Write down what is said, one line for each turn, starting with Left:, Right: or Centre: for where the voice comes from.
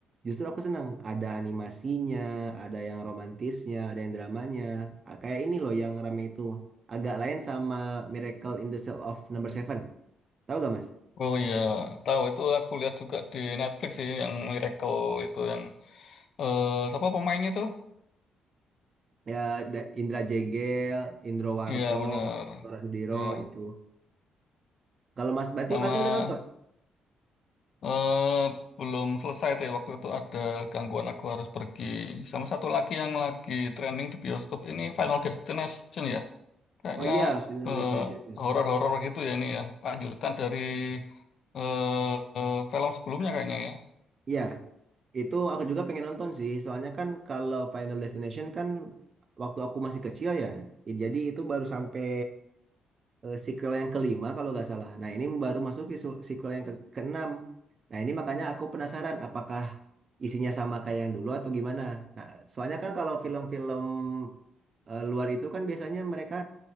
Right: justru aku senang ada animasinya, ada yang romantisnya, ada yang dramanya. Ah, Kayak ini loh yang ramai itu agak lain sama Miracle in the Cell of Number Seven. Tahu gak Mas?
Left: Oh iya, tahu itu aku lihat juga di Netflix sih yang Miracle itu yang eh siapa pemainnya tuh?
Right: Ya, Da- Indra Jegel, Indro Warko,
Left: Iya bener.
Right: Tora Sudiro
Left: Ya
Right: itu. Kalau Mas Bati,
Left: sama
Right: Masnya udah nonton?
Left: eh belum selesai tuh ya, waktu itu ada gangguan aku harus pergi. Sama satu lagi yang lagi trending di bioskop ini Final Destination ya. Kayaknya
Right: Oh iya, Final
Left: eh
Right: Destination.
Left: horor-horor gitu ya ini ya. Lanjutan dari eh eh, film sebelumnya kayaknya ya.
Right: Iya, itu aku juga pengen nonton sih. Soalnya kan kalau Final Destination kan waktu aku masih kecil ya. Jadi itu baru sampai eh, sequel yang kelima kalau nggak salah. Nah ini baru masuk ke su- sequel yang ke keenam. Nah ini makanya aku penasaran apakah isinya sama kayak yang dulu atau gimana. Nah soalnya kan kalau film-film eh, luar itu kan biasanya mereka